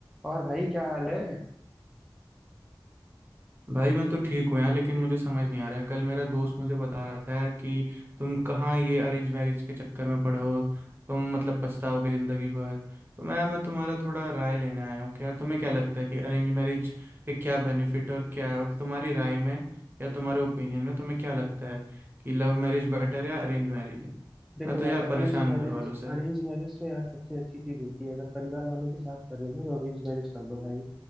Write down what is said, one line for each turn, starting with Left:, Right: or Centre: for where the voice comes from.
Centre: और भाई क्या हाल है
Right: भाई मैं तो ठीक हूँ यार लेकिन मुझे समझ नहीं आ रहा है कल मेरा दोस्त मुझे बता रहा था यार कि तुम कहाँ ये अरेंज मैरिज के चक्कर में पड़े हो तुम मतलब पछताओगे ज़िंदगी भर तो मैं मैं तुम्हारा थोड़ा राय लेने आया हूँ कि यार तुम्हें क्या लगता है कि अरेंज मैरिज के क्या बेनिफिट और क्या है और तुम्हारी राय में या तुम्हारे ओपिनियन में तुम्हें क्या लगता है कि लव मैरिज बेटर या अरेंज मैरिज
Centre: देखो
Right: मैं तो
Centre: यार
Right: यार
Centre: अरेंज
Right: परेशान
Centre: मैरिज
Right: हूँ घर वालों से
Centre: अरेंज मैरिज तो यार सबसे अच्छी चीज होती है अगर परिवार वालों के साथ कर रहे हो ना तो अरेंज मैरिज कर लो भाई